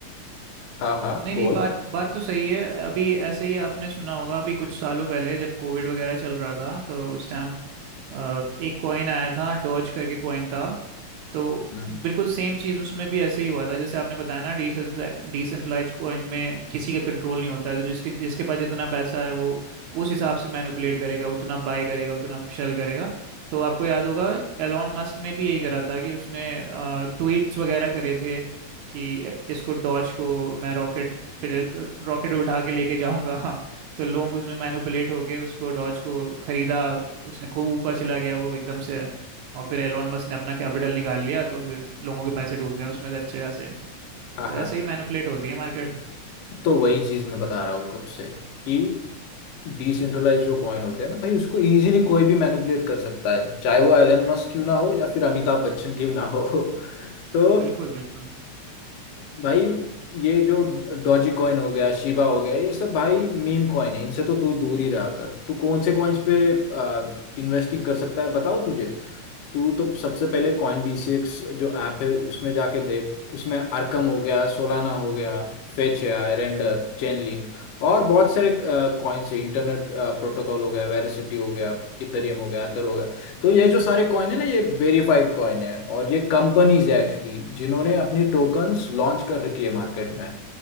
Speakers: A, on the left; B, on the right.
A: हाँ हाँ
B: नहीं
A: बोल
B: नहीं बात बात तो सही है अभी ऐसे ही आपने सुना होगा अभी कुछ सालों पहले जब कोविड वगैरह चल रहा था तो उस टाइम एक कॉइन आया था डॉज करके कॉइन था तो
A: हम्म,
B: बिल्कुल सेम चीज़ उसमें भी ऐसे ही हुआ था जैसे आपने बताया ना डिसेंट्रलाइज कॉइन में किसी का कंट्रोल नहीं होता है तो जिसके जिसके पास जितना पैसा है वो उस हिसाब से मैनिपुलेट करेगा उतना बाय करेगा उतना शेल करेगा तो आपको याद होगा एलॉन मस्क ने भी यही करा था कि उसने ट्वीट्स वगैरह करे थे कि इसको डॉज को मैं रॉकेट रॉकेट उठा के लेके जाऊंगा <laughs> हाँ तो लोग उसमें मैनिपुलेट होके उसको डॉज को खरीदा उसने खूब ऊपर चला गया वो एकदम से और फिर एलोन मस्क ने अपना कैपिटल निकाल लिया तो फिर लोगों के पैसे डूब गए उसमें से अच्छे खासे
A: हाँ
B: तो ऐसे
A: हाँ
B: ही मैनिपुलेट होती है मार्केट
A: तो वही चीज़ मैं बता रहा हूँ कब से कि डिसेंट्रलाइज जो कॉइन होते हैं ना भाई उसको इजीली कोई भी मैनिपुलेट कर सकता है चाहे वो एलन
B: हम्म
A: मस्क क्यों ना हो या फिर अमिताभ बच्चन क्यों ना हो <laughs> तो
B: बिल्कुल बिल्कुल
A: भाई ये जो डॉजी कॉइन हो गया शिबा हो गया ये सब भाई मीम कॉइन है इनसे तो तू दूर ही रहा कर तू कौन से कॉइन्स पे इन्वेस्टिंग कर सकता है बताओ तुझे तू तो सबसे पहले कॉइन डी सिक्स जो ऐप है उसमें जाके देख उसमें आर्कम हो गया सोलाना हो गया फेच है रेंडर चेन लिंक और बहुत सारे कॉइन्स है इंटरनेट प्रोटोकॉल हो गया वेरासिटी हो गया इथेरियम हो गया एथर हो गया तो ये जो सारे कॉइन है ना ये वेरीफाइड कॉइन है और ये कंपनीज है एक्चुअली जिन्होंने अपनी टोकन्स लॉन्च कर रखी है मार्केट में